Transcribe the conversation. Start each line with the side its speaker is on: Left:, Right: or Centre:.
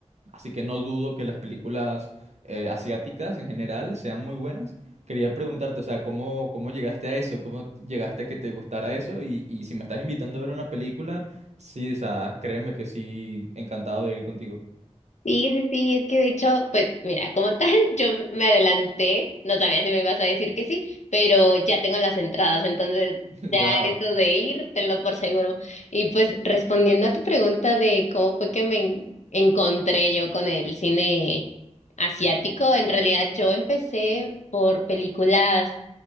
Right: Así que no dudo que las películas eh, asiáticas en general sean muy buenas. Quería preguntarte, o sea, ¿cómo, cómo llegaste a eso? ¿Cómo llegaste a que te gustara eso? Y, y si me estás invitando a ver una película, sí, o sea, créeme que sí, encantado de ir contigo.
Left: Sí, sí, sí, es que de hecho, pues mira, como tal, <laughs> yo me adelanté, no sabía si me ibas a decir que sí, pero ya tengo las entradas, entonces
Right: <laughs> Wow.
Left: eso de ir, tenlo por seguro. Y pues respondiendo a tu pregunta de cómo fue que me en- encontré yo con el cine asiático, en realidad yo empecé por películas